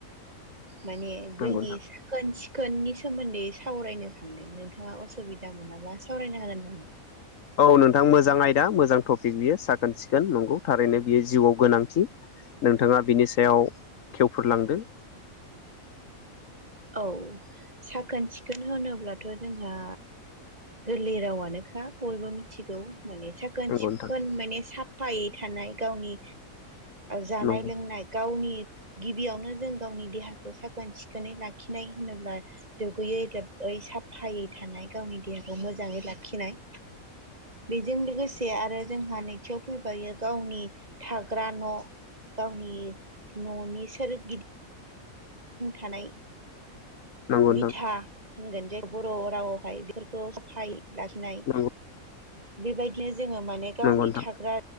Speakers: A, on the right; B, on the left.
A: माने जोंनि
B: नंगौ नोंथां
A: सिखोन सिखोननि सोमोन्दै सावरायनो सानदों नोंथाङा असुबिदा मोनाबा सावरायनो हागोन नामा?
B: औ नोंथां मोजां आयदा मोजां टपिक बियो साखोन सिखोन नंगौ थारैनो बियो जिउआव गोनांथि नोंथाङा बिनि सायाव खेवफोर लांदो
A: औ साखोन सिखोन होनोब्लाथ' जोंहा गोरलै रावानोखा बयबो मिथिगौ माने साख्रि
B: नंगौ नोंथां
A: माने साफायै थानाय गावनि जानाय
B: नंगौ
A: लोंनाय गावनि गिबियावनो जों गावनि देहाखौ साखोन सिखोनै ला खिनाय होनोब्ला दुगैयै लोबै साफायै थानाय गावनि देहाखौ मोजाङै लाखिनाय
B: <inaudible>
A: बेजों लोगोसे आरो जोंहा नैथियाव फैबाय गावनि थाग्रा न' गावनि न'नि सोरगिदिं थानाय
B: नंगौ
A: बिथा होनगोन जाय बर' रावआवहाय बेफोरखौ खौ साफाय लाखिनाय
B: नोंथां
A: बेबायदिनो जोङो माने गावनि
B: नंगौ नोंथां
A: थाग्रा